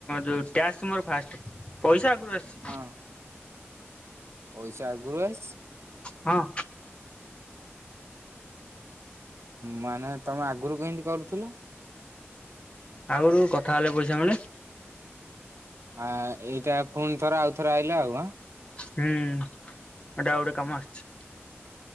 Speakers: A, on the left; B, on the right.
A: ଯୋଉ ଟ୍ୟାକ୍ସ ମୋର ଫାଷ୍ଟ ପଇସା ଆଗରୁ ଆସିଛି।
B: ହଁ। ପଇସା ଆଗରୁ ଆସିଚି।
A: ହଁ।
B: ମାନେ ତମେ ଆଗରୁ କେମତି କରୁଥିଲ।
A: ଆଗୁରୁ କଥା ହେଲେ ପଇସା ମିଳେ।
B: ଆ ଏଇଟା ପୁଣି ଥରେ ଆଉଥରେ ଆଇଲା ଆଉ ଆଁ।
A: ହୁଁ ଏଟା ଗୋଟେ କାମ ଆସିଛି।